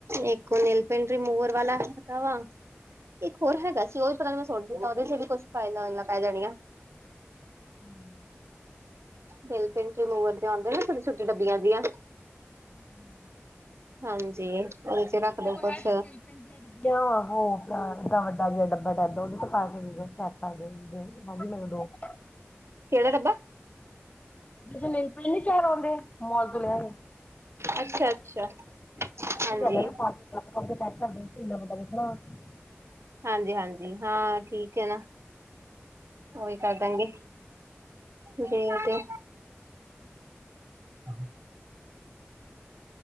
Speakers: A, on the right (about 70°); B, on the left (about 30°).
A: ਇੱਕੋ ਉਹ ਨੇਲ ਪੇਟ ਰੀਮੂਵਰ ਵਾਲਾ ਹੈਗਾ ਵਾ। ਇੱਕ ਹੋਰ ਹੈਗਾ ਸੀ, ਉਹ ਵੀ ਪਤਾ ਨੀ ਮੈਂ ਸੋਨੂੰ ਦਿੱਤਾ, ਉਹਦੇ 'ਚ ਵੀ ਕੁਛ ਫਾਈਲਾਂ ਪੈ ਜਾਣੀਆਂ।
B: ਹਮ <inaudible>
A: ਨੇਲ ਪੇਂਟ ਰੀਮੂਵਰ ਦੇ ਆਉਂਦੇ ਨਾ ਛੋਟੇ-ਛੋਟੇ ਡੱਬੀਆਂ ਜੀਆਂ
B: ਹਮ <inaudible>
A: ਹਾਂਜੀ। ਉਹਦੇ ਚ ਰੱਖ
B: <unintelligible>
A: ਦੋ ਕੁਛ
B: <unintelligible>
A: ਕਿਹੜਾ ਡੱਬ?
B: <unintelligible> ਆਉਂਦੇ ਮੌਲ ਤੋਂ ਲਿਆ।
A: ਅੱਛਾ ਅੱਛਾ
B: <unintelligible>
A: ਹਾਂਜੀ ਹਾਂਜੀ-ਹਾਂਜੀ, ਹਾਂ ਠੀਕ ਹੈ ਨਾ। ਉਹੀ ਕਰ ਦੇਗੇ, ਜੇ ਤੇ ਹਾਂ।